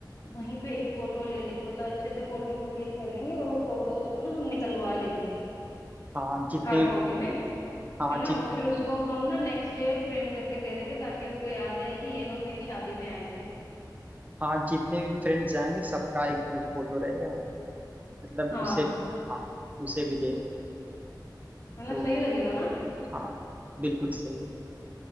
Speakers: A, on the left; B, on the right.
A: वहीं पे एक फोटो ले ले मतलब अच्छे से फोटो हम क्लिक कर लेंगे और वो फोटोज को ना हम निकलवा लेंगे
B: हाँ जितने
A: हार्ड कॉपी में
B: हाँ
A: है ना
B: जित
A: और फिर उसको हम ना नेक्स्ट डे फ्रेम करके दे देंगे ताकि उसको याद रहे कि ये लोग मेरी शादी में आए थे
B: हाँ जितने भी फ्रेंड्स जाएंगे सबका एक ग्रुप फोटो रहेगा मतलब
A: हाँ
B: उसे हाँ उसे भी देना
A: मतलब
B: तो
A: सही लगेगा ना
B: हाँ बिल्कुल सही